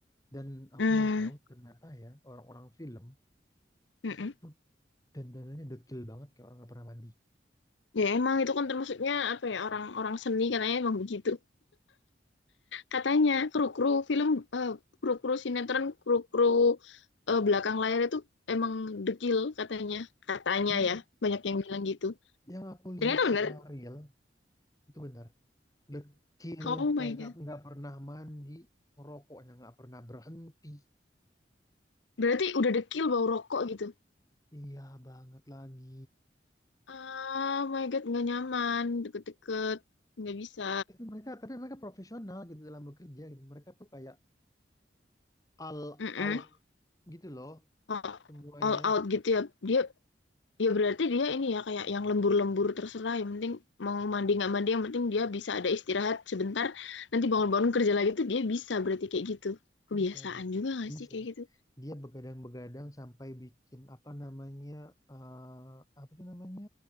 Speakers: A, on the left; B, on the left.
A: dan aku
B: Hmm.
A: baru tahu ternyata ya orang-orang film
B: mm-mm.
A: itu dandanannya dekil banget kayak orang nggak pernah mandi
B: Ya emang itu kan termasuknya apa ya orang-orang seni katanya emang begitu. Katanya kru-kru film eh, kru-kru sinetron kru-kru eh, belakang layar itu emang dekil katanya. Katanya
A: Iya,
B: ya, banyak yang bilang gitu.
A: yang aku lihat
B: Ternyata
A: secara
B: bener.
A: real itu benar Dekil
B: Oh my
A: kayak
B: God.
A: nggak nggak pernah mandi, ngerokoknya nggak pernah berhenti.
B: Berarti udah
A: Itu
B: dekil bau rokok gitu.
A: iya banget lagi.
B: Ah, Oh my God, nggak nyaman, deket-deket, nggak bisa.
A: Tapi mereka tapi mereka profesional gitu dalam bekerja gitu. Mereka tuh kayak all
B: Mm-mm.
A: out gitu loh
B: All,
A: semuanya.
B: all out gitu ya. Dia, ya berarti dia ini ya kayak yang lembur-lembur terserah. Yang penting mau mandi nggak mandi, yang penting dia bisa ada istirahat sebentar. Nanti bangun-bangun kerja lagi tuh dia bisa berarti kayak gitu. Kebiasaan
A: Bisa dia,
B: juga nggak
A: bisa.
B: sih kayak gitu?
A: Dia begadang-begadang sampai bikin apa namanya eh, apa tuh namanya